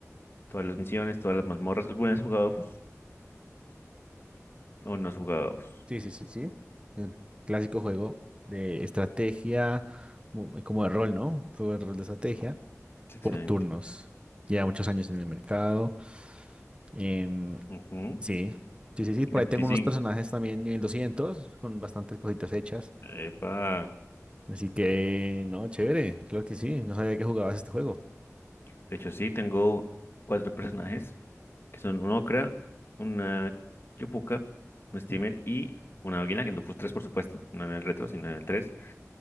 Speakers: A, on the left (about 45°); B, on the right (about 20°).
A: todas las misiones, todas las mazmorras. ¿Alguna vez has jugado Dofus? O no has jugado. Uf,
B: Sí, sí, sí, sí. El clásico juego de estrategia, mu- como de rol, ¿no? Juego de rol de estrategia
A: es excelente.
B: por turnos. Lleva muchos años en el mercado. Em,
A: Ujú.
B: sí, sí, sí, sí. Por
A: veinticinco
B: ahí tengo unos personajes también nivel 200 con bastantes cositas hechas.
A: Epa.
B: Así que, no, chévere. Claro que sí. No sabía que jugabas este juego.
A: De hecho, sí, tengo cuatro personajes, que son un Okra, una Yopuka, un Steamer y una Águila, que no fue tres, por supuesto, no en el retro, sino en el tres